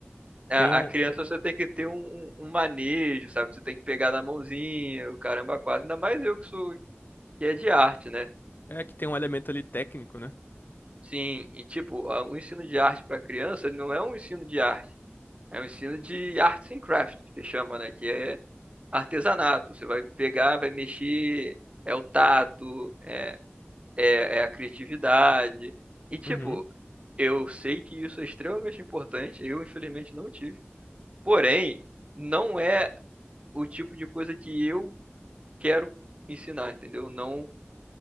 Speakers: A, on the right (about 30°); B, on the left (about 50°).
A: A,
B: Tem um,
A: a criança você tem que ter um, um, um manejo, sabe? Você tem que pegar na mãozinha, o caramba quase, ainda mais eu que sou que é de arte, né?
B: é que tem um elemento ali técnico, né?
A: Sim, e tipo, a- o ensino de arte para criança, ele não é um ensino de arte, é um ensino de arts and crafts, que chama, né, que é artesanato. Você vai pegar, vai mexer, é o tato, é, é, é a criatividade. E tipo,
B: Uhum.
A: eu sei que isso é extremamente importante, eu infelizmente não tive. Porém, não é o tipo de coisa que eu quero ensinar, entendeu? Não,